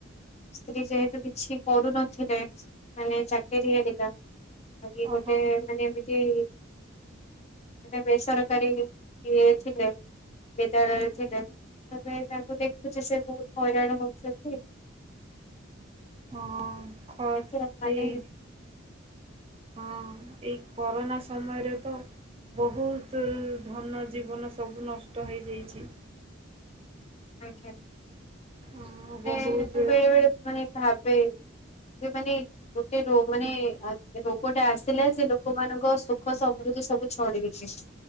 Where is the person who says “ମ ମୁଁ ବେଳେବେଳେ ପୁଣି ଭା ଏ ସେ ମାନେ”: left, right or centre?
Left